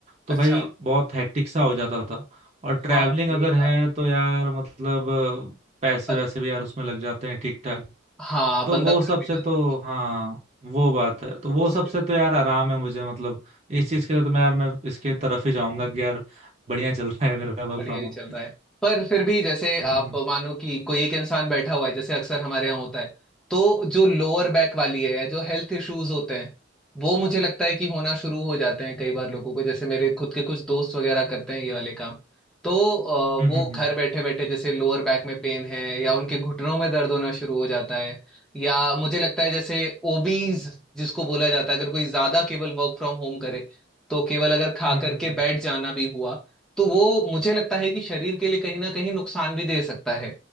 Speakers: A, on the right; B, in the centre.
A: तो
B: अच्छा
A: भाई बहुत हैक्टिक सा हो जाता था और ट्रैवलिंग
B: हाँ
A: अगर
B: ये
A: है
B: बात
A: तो यार मतलब अ, पैसे
B: बन,
A: वैसे भी यार उसमें लग जाते हैं ठीक ठाक
B: हाँ
A: तो
B: बंदा
A: वो
B: थक
A: सबसे
B: भी जाता
A: तो
B: है
A: हाँ वो बात है तो वो
B: उसके
A: सबसे तो यार आराम है मुझे मतलब इस चीज के लिए तो मैं यार मैं इसके तरफ ही जाऊंगा कि यार बढ़िया चल रहा है मेरा वर्क
B: बढ़िया
A: फ्रॉम
B: ही
A: होम
B: चल रहा है पर फिर भी जैसे
A: हम्म
B: आप मानो कि कोई एक इंसान बैठा हुआ है जैसे अक्सर हमारे यहाँ होता है तो जो लोअर बैक वाली है या जो हेल्थ इश्यूज होते हैं वो मुझे लगता है कि होना शुरू हो जाते हैं कई बार लोगों को जैसे मेरे खुद के कुछ दोस्त वगैरह करते हैं ये वाले काम तो अ,
A: हम्म
B: वो
A: हम्म
B: घर बैठे बैठे जैसे लोअर बैक में पेन है या उनके घुटनों में दर्द होना शुरू हो जाता है या मुझे लगता है जैसे ओबीज जिसको बोला जाता है अगर कोई ज्यादा केवल वर्क फ्रॉम होम करे तो केवल अगर खा
A: हम्म
B: करके
A: हम्म,
B: बैठ जाना भी हुआ तो वो मुझे लगता है कि शरीर के लिए कहीं ना कहीं नुकसान भी दे सकता है